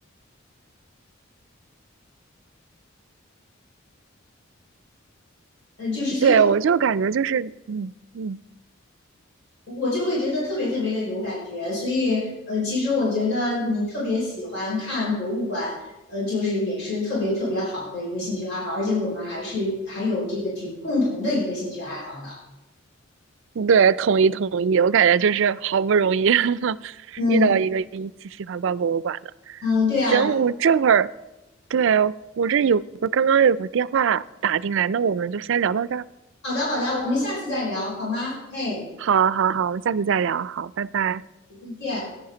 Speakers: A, on the left; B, on the right.
A: 呃，就是所以我
B: 对，我就感觉就是，嗯嗯，
A: 我就会觉得特别特别的有感觉。所以，呃，其实我觉得你特别喜欢看博物馆，呃，就是也是特别特别好的一个兴趣爱好，而且我们还是还有这个挺共同的一个兴趣爱好的。
B: 对，统一统一，我感觉就是好不容易 <laughs>
A: 嗯
B: 遇到一个一起喜欢逛博物馆的。
A: 嗯，对啊，
B: 行，我这会儿，对，我这有个刚刚有个电话打进来，那我们就先聊到这儿。
A: 好的好的，我们下次再聊好吗？哎，
B: 好，好，好，我们下次再聊。好，拜拜。
A: 再见。